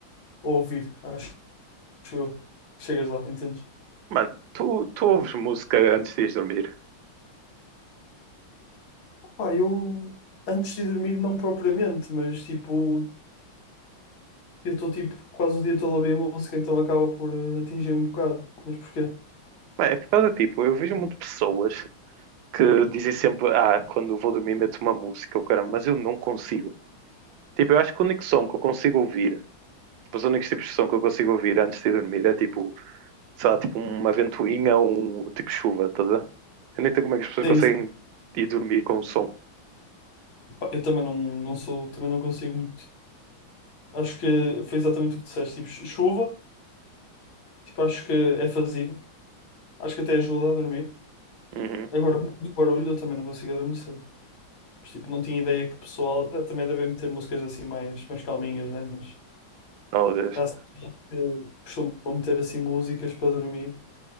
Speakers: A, on the left; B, on the right.
A: ouvir, acho eu. Chegas lá, entendes?
B: Mano, tu, tu ouves música antes de ires dormir?
A: Pá, eu antes de dormir, não propriamente, mas tipo, eu estou tipo quase o dia todo a ouvir música, então acaba por eh, atingir um bocado. Mas porquê?
B: Mano, é por causa, tipo, eu vejo muito pessoas que dizem sempre, ah, quando vou dormir meto uma música, o caramba, mas eu não consigo. Tipo, eu acho que o único som que eu consigo ouvir, tipo, os únicos tipos de som que eu consigo ouvir antes de dormir é tipo, sei lá, tipo uma ventoinha ou um tipo chuva, tá a ver? Eu nem sei como é que as pessoas
A: Sim,
B: conseguem
A: sim.
B: ir dormir com o som.
A: Pá, eu também não, não sou, também não consigo muito. Acho que foi exatamente o que disseste, tipo, chu- chuva, tipo, acho que é fazível, acho que até ajuda a dormir.
B: Uhum.
A: Agora, por muito barulho, eu também não consigo adormecer. Mas, tipo, não tinha ideia que o pessoal eh, também devem meter músicas assim mais, mais calminhas, né? Mas
B: Oh, Deus.
A: já sei que costumam meter assim músicas para dormir.